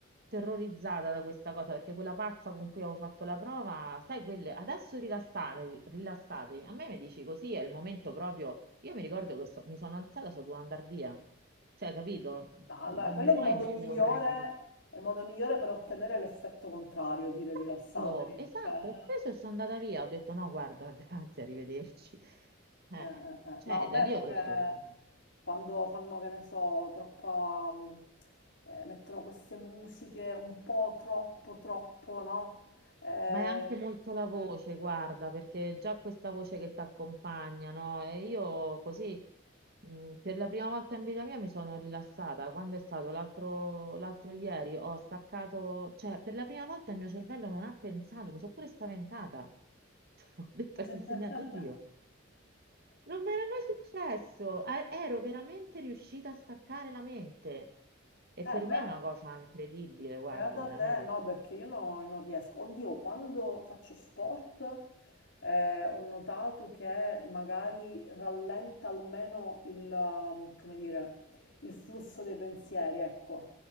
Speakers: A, on the right; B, on the left.
A: terrorizzata da questa cosa perché quella pazza con cui avevo fatto la prova, sai, quelle adesso rilassatevi, rilassatevi. A me mi dici così, è il momento proprio. Io mi ricordo che so- mi sono alzata, so dovuta andare via. Cioè, capito?
B: No, allora,
A: Non
B: quello
A: mi
B: è
A: puoi
B: il modo
A: imporre
B: migliore,
A: di...
B: è il modo migliore per ottenere l'effetto contrario, dire rilassatevi.
A: Esatto, esatto,
B: Cioè,
A: ho preso e sono andata via, ho detto no, guarda, <laughs> grazie, arrivederci.
B: <laughs>
A: Eh,
B: eh, eh, eh.
A: cioè,
B: No, beh,
A: da lì
B: pure
A: ho detto no, no.
B: quando fanno, che ne so, troppa, mm, eh, mettono queste musiche un po' troppo, troppo, no? Eh,
A: Ma è anche molto la voce, guarda, perché già questa voce che ti accompagna, no? E io così, mh, per la prima volta in vita mia mi sono rilassata. Quando è stato l'altro l'altro ieri, ho staccato, cioè, per la prima volta il mio cervello non ha pensato, mi sono pure spaventata. <laughs> Ho detto
B: <laughs>
A: all'insegnante, oddio. Non mi era mai successo, e- ero veramente riuscita a staccare la mente. E
B: eh,
A: per
B: beh,
A: me è una cosa incredibile, guarda,
B: Beata
A: veramente.
B: te, no, perché io no- non riesco. Oddio, quando faccio sport eh, ho notato che magari rallenta almeno il, um, come dire, il flusso dei pensieri, ecco.